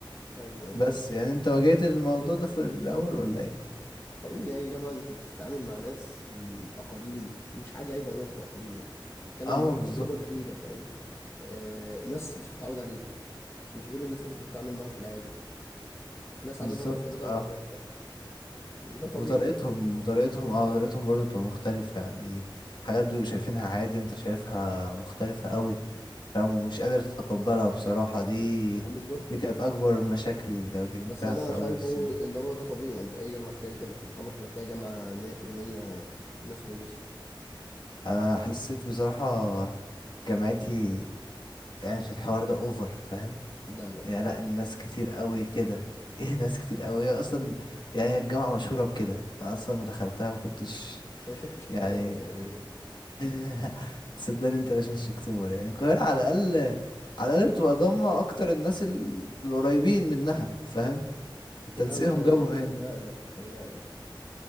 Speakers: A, on the left; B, on the left.
A: ايوه ايوه
B: بس يعني انت واجهت الموضوع ده في الاول ولا ايه
A: طبيعي اي جامعة انت بتتعامل مع ناس من اقاليم مش حاجة عيب عموما في الاقاليم يعني بتتكلم
B: اه
A: ان
B: ما
A: هو
B: بالظبط
A: تجربة جديدة فاهم آه ناس مش متعود عليها مش دول الناس اللي انت بتتعامل معاهم في العادي ناس
B: بالظبط
A: عاداتها وتقاليدها
B: اه
A: مختلفة وده طبيعي
B: وطريقتهم وطريقتهم اه طريقتهم برضو بتبقى مختلفة يعني حاجات بيبقوا شايفينها عادي انت شايفها مختلفة قوي فاهم ومش قادر تتقبلها بصراحة دي
A: بالظبط
B: دي كانت أكبر مشاكلي اللي واجهتها
A: بس انا
B: في
A: شايفه
B: أول السنة
A: اللي هو ده طبيعي يعني في اي جامعه هتلاقي كده عمرك ما هتلاقي جامعه 100% ناس كويسه
B: أنا حسيت بصراحة جامعتي يعني في الحوار ده أوفر فاهم
A: لا لا
B: يعني لأ الناس كتير قوي كده <laughs> ايه ناس كتير قوي هي اصلا يعني هي الجامعة مشهورة بكده انا اصلا ما دخلتها ما كنتش
A: انت ما شفتش القاهره
B: يعني
A: ولا ايه
B: <laughs> تصدقني انت لا شفتش اكتوبر يعني القاهرة على الأقل على الأقل بتبقى ضامة أكتر الناس ال- القريبين منها فاهم التنسيقهم
A: لا متهيأ-
B: جابهم
A: متهيألك
B: هنا
A: متهيألك